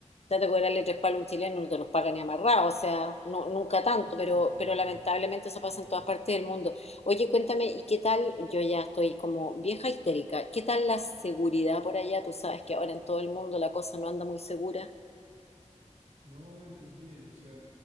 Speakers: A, on the left; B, on the right.
A: Trate de cobrarle tres palos a un chileno, no te los paga ni amarrado, o sea, no, nunca tanto,
B: Sí,
A: pero,
B: claro,
A: pero lamentablemente
B: <laughs>
A: eso
B: claro.
A: pasa en todas partes del mundo. Oye, cuéntame, ¿y qué tal? Yo ya estoy como vieja histérica. ¿Qué tal la seguridad por allá? Tú sabes que ahora en todo el mundo la cosa no anda muy segura.
B: No, es, es bien, o sea,